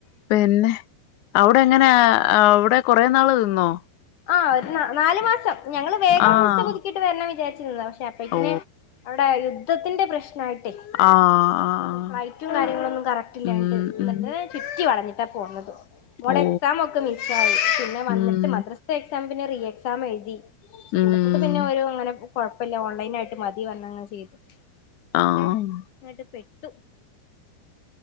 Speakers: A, on the left; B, on the left.
A: പിന്നെ അവടെ എങ്ങനാ അവടെ കൊറെ നാള് നിന്നോ
B: ആ ഒരു ന്നാ നാല് മാസം ഞങ്ങള് വേഗം
A: ആഹ്
B: വിസ പുതുക്കിയിട്ട് വെര്ണം വിചാരിച്ച് <unintelligible> പക്ഷെ അപ്പഴേക്കിന്
A: ഓ
B: അവ <unintelligible> ത്തിന്റെ പ്രശ് നായിട്ടേ
A: ആഹ് ആഹ്
B: ഒന്നും ഫ്ലൈറ്റും കാര്യങ്ങളൊന്നും കറക്റ്റില്ലാഞ്ഞിട്ട്
A: ഉം ഉം
B: ന്ന്ട്ടെന്നെ ചുറ്റി വളഞ്ഞ് ട്ട പോന്നത് മോളെ
A: ഓ
B: എക്സാമൊക്കെ മിസ്സായി പിന്നെ വന്നിട്ട്
A: ഉം
B: മദ്രസ് ത്തെ എക്സാം പിന്നെ റീ എക്സാം എഴുതി <unintelligible>
A: ഉം
B: പിന്നെ വരും അങ്ങനെ പോവും കുഴപ്പില്ല ഓൺലൈൻ ആയിട്ട് മതി പറഞ്ഞെങ്ങ് ചെയ്ത്
A: ആഹ്
B: അതെ ന്ന്ട്ട് പെ <inaudible>